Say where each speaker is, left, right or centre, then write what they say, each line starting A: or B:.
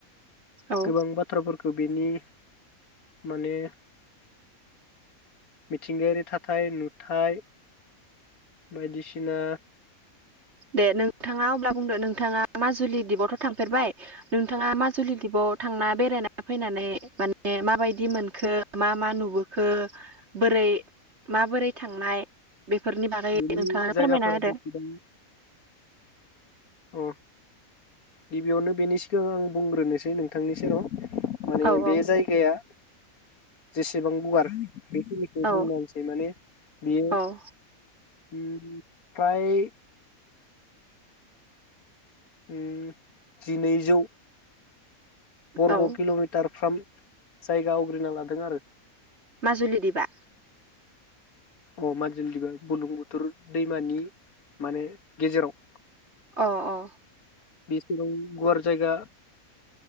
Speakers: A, on the right; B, on the left.
A: औ
B: गोबां बाथ्राफोर खो बेनि माने मिथिंगायारि थाथाय नुथाय बायदिसिना
A: दे नोंथाङा अब्ला बुंदो नों नोंथाङा मा जुलि दिबावथ थां फेरबाय नोंथाङा माजुलि दिपाव थांना बेरायना फैनानै माने माबायदि मोनखो मा मा नुबोखो बोरै माबोरै थांनाय बेफोरनि बागै
B: बेनि
A: नोंथाङानो
B: जायगाफोरा
A: फोरमायना होदो।
B: बेसेबां अ गिबियावनो बेनि सिगां आं बुंग्रोनोसै नोंथांनि सेराव माने
A: औ औ
B: बे जायगाया जेसेबां गुवार बेखिनिखौ
A: औ
B: बुंनान माने बियो
A: औ
B: उम फ्राय उम जिनैजौ बरग'
A: औ
B: किल'मिटारफ्राम। जायगा आवग्रिना लादों आरो।
A: माजुलि दिबा?
B: अ माजुलि दिबा बुलुं बुथुर दैमानि माने गेजेराव।
A: अ अ।
B: बेसेबां गुवार जायगा